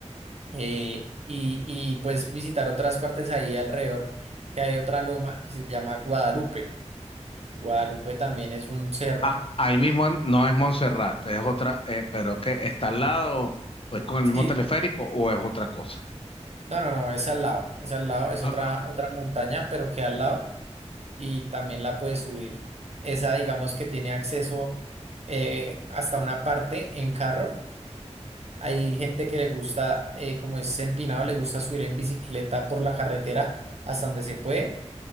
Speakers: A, on the right; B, on the left.
A: eh, y, y puedes visitar otras partes ahí alrededor, que hay otra loma que se llama Guadalupe. Guadalupe también es un cerro.
B: Ah, ahí mismo en- no es Montserrat, es otra, eh, pero que está al lado, o es con el mismo
A: Sí,
B: teleférico, o es otra cosa.
A: No, no, no, es al lado, es al lado, es
B: Ah,
A: otra, otra montaña, pero que al lado y también la puedes subir. Esa, digamos que tiene acceso eh, hasta una parte en carro. Hay gente que le gusta, eh, como es empinado, le gusta subir en bicicleta por la carretera hasta donde se puede.